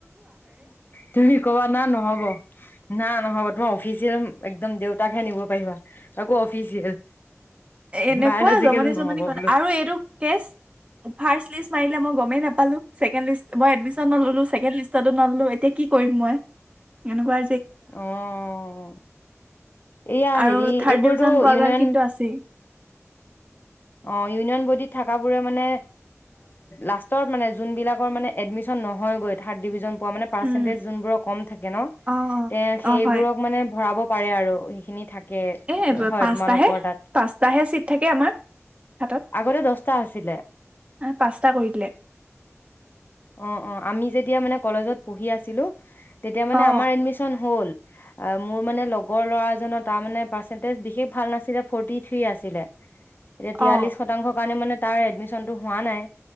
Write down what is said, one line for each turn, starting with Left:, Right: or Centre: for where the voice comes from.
Left: তুমি কবা না নহব না নহব তোমাৰ অফিচিয়েল একদম দেউতাকহে নিব পাৰিবা। তাকো অফিচিয়েল
Right: এনেকোৱা
Left: বায়লজিকেলো
Right: জমনি
Left: নহ'ব
Right: জমনি কথা
Left: বোলো।
Right: আৰু এইটো কেছ ফাষ্ট। লিষ্ট মাৰিলে মই গমেই নাপালো ছেকেণ্ডলিষ্ট মই এডমিচন নললো, ছেকেণ্ডলিষ্টতটো নললো এতিয়া কি কৰিম মই এনেকোৱা
Left: অঁ এইয়া
Right: আৰু
Left: হেৰি
Right: থাৰ্ড
Left: এইবোৰতো
Right: ডিভিজন পোৱা
Left: ইউনিয়ন
Right: গাল কিন্তু আছেই
Left: অঁ ইউনিয়ন বডিত থকাবোৰে মানে লাষ্টত মানে যোনবিলাকৰ মানে এডমিচন নহয় গৈ থাড ডিভিজন। পাৰ্চেন্টেজ
Right: উম
Left: যোন বোৰৰ কম থাকে ন
Right: অ অ
Left: সেইবোৰক
Right: অ হয়
Left: মানে ভৰাব পাৰে আৰু সেইখিনি থাকে।
Right: এব
Left: হয়
Right: পাঁচটাহে
Left: তোমালোকৰ তাত
Right: পাঁচটাহে চিট থাকে আমাৰ। হাতত
Left: আগতে দছটা আছিলে
Right: পাঁচটা কৰি দিলে
Left: অঁ অঁ আমি যেতিয়া মানে কলেজত পঢ়ি আছিলো। তেতিয়া মানে
Right: অ
Left: আমাৰ এডমিশন হ'ল। মোৰ মানে লগৰ ল'ৰাজনৰ তাৰ মানে পাৰ্চেন্টেজ বিশেষ ভাল নাছিলে ফৰ্টি থ্ৰী আছিলে এতিয়া তিয়াল্লিশ
Right: অ
Left: শতংশৰ কাৰণে মানে। তাৰ এডমিশনতটো হোৱা নাই।